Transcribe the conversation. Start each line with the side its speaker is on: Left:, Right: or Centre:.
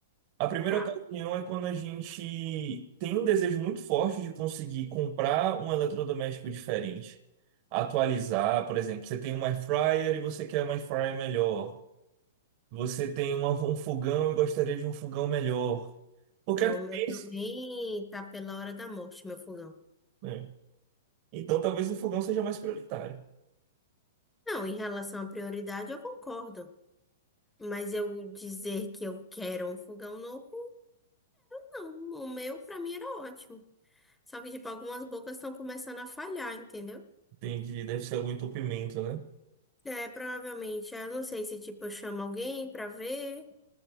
Right: A primeira
Centre: Tá.
Right: ocasião é quando a gente tem um desejo muito forte de conseguir comprar um eletrodoméstico diferente, atualizar, por exemplo, você tem um air fryer e você quer um air fryer melhor. Você tem uma- um fogão e gostaria de um fogão melhor. Porque
Centre: É,
Right: é
Centre: o
Right: difícil,
Centre: meu também tá pela hora da morte, meu fogão.
Right: né? Então talvez o fogão seja mais prioritário.
Centre: Não, em relação à prioridade, eu concordo. Mas eu dizer que eu quero um fogão novo. Não, o meu pra mim era ótimo. Só que, tipo, algumas bocas estão começando a falhar, entendeu?
Right: Entendi, deve ser algum entupimento, né?
Centre: É, provavelmente, eu não sei se, tipo, eu chamo alguém pra ver